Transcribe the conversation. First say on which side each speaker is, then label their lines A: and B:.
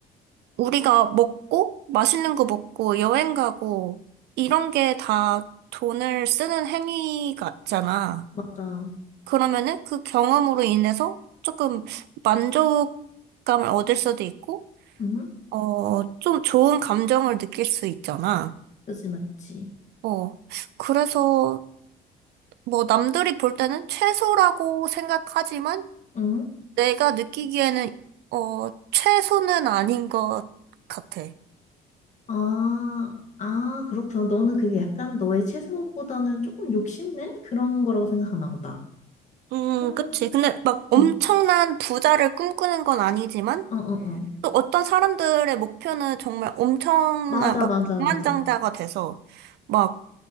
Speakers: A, on the right; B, on the left.
A: 우리가 먹고, 맛있는 거 먹고, 여행 가고, 이런 게 다 돈을 쓰는 행위 같잖아.
B: 맞아.
A: 그러면은 그 경험으로 인해서 조금 만족감을 얻을 수도 있고,
B: 응,
A: 어, 좀 좋은 감정을 느낄 수 있잖아.
B: 그지, 맞지.
A: 어, 그래서 뭐 남들이 볼 때는 최소라고 생각하지만
B: 응?
A: 내가 느끼기에는 어 최소는 아닌 것 같아.
B: 아, 아, 그렇구나. 너는 그게 약간 너의 최소보다는 조금 욕심낸 그런 거라고 생각하나 보다.
A: 음,
B: 음,
A: 그치. 근데 막 엄청난
B: 음.
A: 부자를 꿈꾸는 건 아니지만
B: 어, 어, 어.
A: 또 어떤 사람들의 목표는 정말 엄청난
B: 맞아,
A: 막
B: 맞아,
A: 백만장자가
B: 맞아.
A: 돼서 막